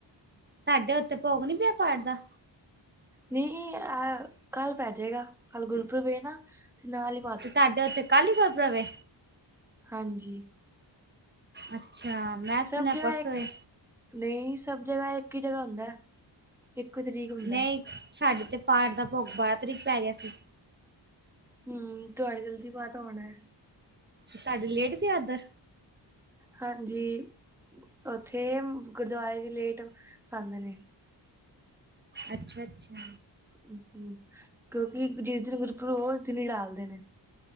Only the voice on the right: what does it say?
ਤਾਡੇ ਉੱਥੇ ਭੋਗ ਨੀ ਪਿਆ ਪਾਠ ਦਾ?
ਤੇ ਤਾਡੇ ਉੱਥੇ ਕਲ ਈ ਗੁਰਪਰਬ ਏ?
ਅੱਛਾ। ਮੈਂ
ਸੁਣਿਆ
ਪਰਸੋਂ
ਹੈ
ਨਹੀਂ ਸਾਡੇ ਤੇ ਪਾਠ ਦਾ ਭੋਗ ਬਾਰਾਂ ਤਰੀਕ ਪੈ ਗਿਆ ਸੀ।
ਸਾਡੀ ਲੇਟ ਪਿਆ ਇਦਰ
ਅੱਛਾ-ਅੱਛਾ